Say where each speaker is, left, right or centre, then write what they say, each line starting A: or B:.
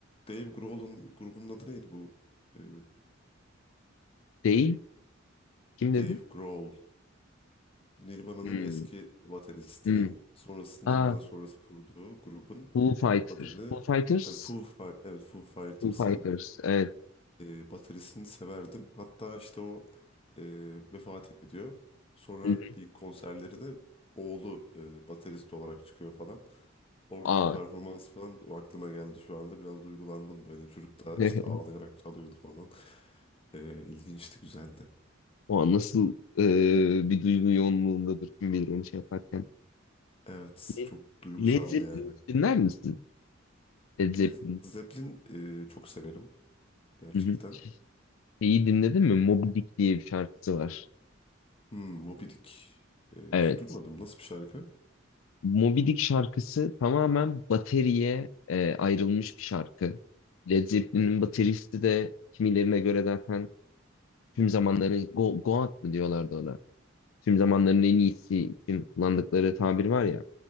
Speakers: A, on the left (about 30°); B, on the left (about 80°).
A: Dave Grohl'un grubunun adı neydi bu? Ee,
B: değil. Kim dedi?
A: Dave Grohl. Bu Nirvana'nın
B: Hmm.
A: eski bateristinin
B: Hmm.
A: sonrası
B: Aa,
A: Nirvana sonrası kurduğu grubun
B: Foo Fighters.
A: adını
B: Foo Fighters?
A: yani Foo, Fi- evet, Foo Fighters'ın
B: Foo Fighters. Evet.
A: e, bataryasını severdim. Hatta işte o e, vefat ediyor. Sonra
B: Hı hı.
A: bir konserlerine oğlu e, baterist olarak çıkıyor falan. Oradaki
B: Aa.
A: performans falan o aklıma geldi şu anda. Biraz duygulandım böyle. Çocuk da
B: <laughs>
A: işte ağlayarak çalıyordu falan. E, ilginçti, güzeldi.
B: O nasıl eee, bir duygu yoğunluğundadır kim bilir onu şey yaparken.
A: Evet,
B: Led
A: çok duygusaldı
B: Led Zeppelin
A: yani.
B: dinler misin? Led Zeppelin.
A: Led Zeppelin e, çok severim gerçekten.
B: Hı hı. Şeyi dinledin mi? Moby Dick diye bir şarkısı var.
A: Hmm, Moby Dick. Ee,
B: Evet.
A: hiç duymadım. Nasıl bir şarkı?
B: Moby Dick şarkısı tamamen bateriye e, ayrılmış bir şarkı. Led Zeppelin'in bateristi de kimilerine göre zaten tüm zamanların Go, God mı diyorlardı ona. Tüm zamanların en iyisi için kullandıkları tabir var ya.